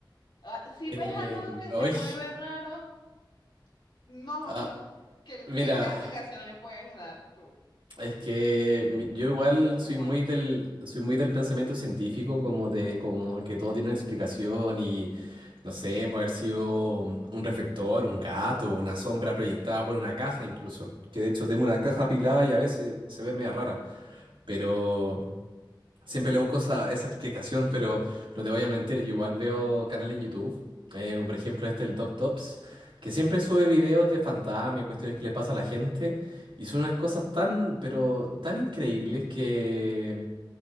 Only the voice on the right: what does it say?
Eh,
Uy,
ah,
mira.
Es que mi- yo igual
soy
muy del, soy muy del pensamiento científico, como de como que todo tiene una explicación y no sé, puede haber sido un un reflector, un gato, una sombra proyectada por una caja incluso. Que de hecho tengo una caja apilada y a veces se ve media rara. Pero Siempre le busco esa, esa explicación, pero no te voy a mentir, yo igual veo canales en YouTube, eh, como por ejemplo este el Doc Tops, que siempre sube videos de fantasmas, y cuestiones que le pasa a la gente, y son unas cosas tan, pero tan increíbles que